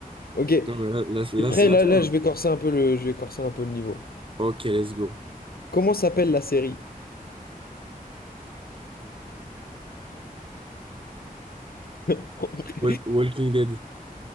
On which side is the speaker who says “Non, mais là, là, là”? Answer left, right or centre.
Right